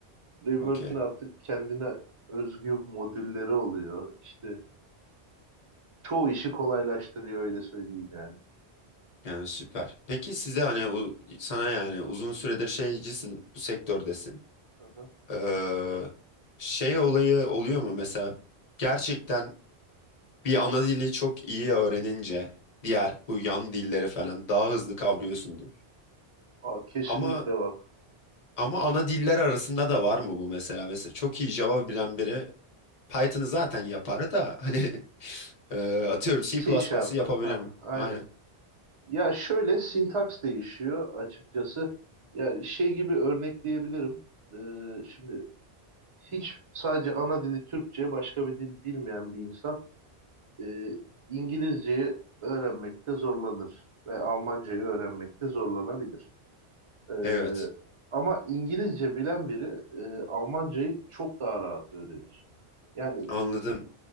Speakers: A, on the right (about 35°); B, on the left (about 40°).
A: Framework'in
B: Okey.
A: artık kendine özgü modülleri oluyor. İşte çoğu işi kolaylaştırıyor öyle söyleyeyim yani.
B: Yani süper. Peki size hani u- sana yani uzun süredir şeycisin bu sektördesin.
A: Aha.
B: Ee, şey olayı oluyor mu mesela gerçekten bir ana dili çok iyi öğrenince diğer bu yan dilleri falan daha hızlı kavrıyorsundur.
A: Aa, kesinlikle
B: Ama
A: bak.
B: ama ana diller arasında da var mı bu mesela? Mesela çok iyi Java bilen biri Python'ı zaten yapar da hani <laughs> e, atıyorum C++'ı
A: C Sharp'ı.
B: yapabilir
A: Ha,
B: mi?
A: aynen.
B: Aynen.
A: Ya şöyle sintaks değişiyor açıkçası. Yani şey gibi örnekleyebilirim. Ee, şimdi hiç sadece ana dili Türkçe başka bir dil bilmeyen bir insan e, İngilizceyi öğrenmekte zorlanır ve Almancayı öğrenmekte zorlanabilir. Ee,
B: Evet.
A: ama İngilizce bilen biri e, Almancayı çok daha rahat öğrenir. Yani
B: Anladım.